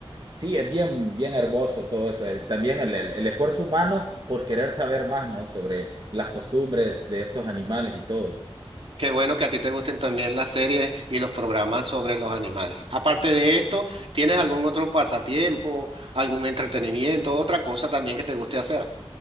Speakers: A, on the right; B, on the right.
A: Sí, es bien, bien hermoso todo eso. Eh, También el, el- el esfuerzo humano por querer saber más, ¿no? Sobre las costumbres de estos animales y todo.
B: Qué bueno que a ti te gusten también las series y los programas sobre los animales. Aparte de esto, ¿tienes algún otro pasatiempo, algún entretenimiento, otra cosa también que te guste hacer?